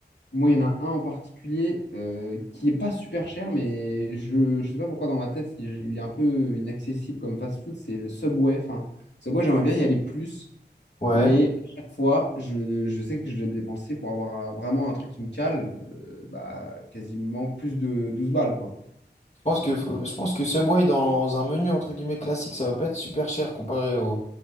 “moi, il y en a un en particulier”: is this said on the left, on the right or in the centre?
Left